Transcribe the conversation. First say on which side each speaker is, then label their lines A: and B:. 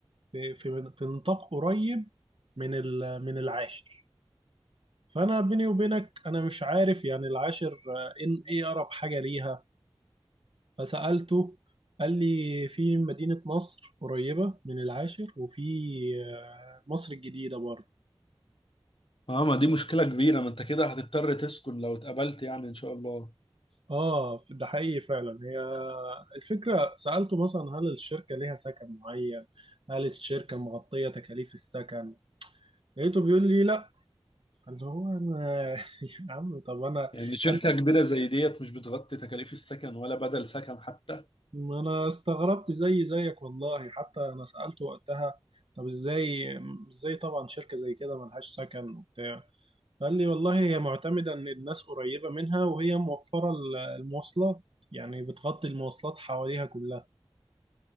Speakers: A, on the right; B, on the left.
A: في في في نطاق قريب من ال- من العاشر فانا بيني وبينك انا مش عارف يعني العاشر آه، ان ايه اقرب حاجة ليها فسألته قال لي في مدينة نصر قريبة من العاشر وفي آه، مصر الجديدة برضه
B: اه ما دي مشكلة كبيرة ما انت كده هتضطر تسكن لو اتقبلت يعني ان شاء الله
A: اه ده حقيقي فعلا هي الفكرة سألته مثلا هل الشركة ليها سكن معين هل الشركة مغطية تكاليف السكن لقيته بيقول لي لا فاللي هو انا <laughs> يا عم طب انا
B: يعني شركة
A: انا
B: كبيرة زي ديت مش بتغطي تكاليف السكن ولا بدل سكن حتى
A: ما أنا استغربت زي زيك والله حتى انا سألته وقتها طب ازاي ازاي طبعا شركة زي كده ملهاش سكن وبتاع قال لي والله هي معتمدة إن الناس قريبة منها وهي موفرة ال- المواصلات يعني بتغطي المواصلات حواليها كلها